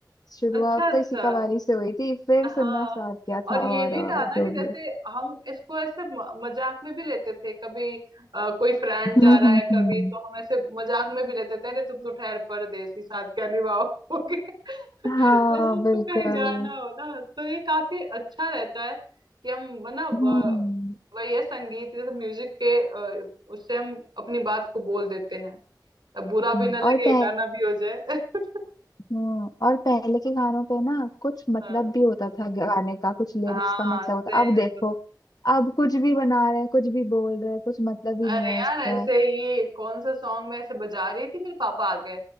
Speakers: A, on the left; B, on the right.
A: शुरुआत
B: अच्छा अच्छा
A: तो इसी कवाली से हुई थी फिर
B: हाँ
A: सुनना स्टार्ट किया था
B: और ये
A: और
B: भी
A: और
B: था ना
A: जो
B: कि जैसे
A: भी
B: हम इसको ऐसे म- मजाक में भी लेते थे कभी अ, कोई फ्रेंड
A: हम्म
B: जा रहा
A: हम्म
B: है
A: हम्म
B: कभी तो हम ऐसे मजाक में भी लेते थे अरे तुम तो ठहर परदेसी साथ क्या निभाओगे <laughs> जैसे
A: हाँ
B: उसको
A: बिल्कुल
B: कहीं जाना हो ना तो ये काफी अच्छा रहता है कि हम ना ब-
A: हम्म
B: वही है संगीत जैसे म्यूजिक के अ, उससे हम अपनी बात को बोल देते हैं अब बुरा
A: हम्म,
B: भी ना लगे
A: और पह
B: गाना भी हो जाए <laughs>
A: हम्म, और पहले के गानों पे ना कुछ मतलब
B: हाँ
A: भी होता था गाने का कुछ लिरिक्स
B: हाँ
A: का मतलब होता
B: सेंस
A: अब देखो अब कुछ भी बना रहे हैं कुछ भी बोल रहे हैं कुछ मतलब
B: अरे
A: ही नहीं है
B: यार
A: उसका
B: ऐसे ही कौन सा सॉन्ग मैं ऐसे बजा रही थी मेरे पापा आ गए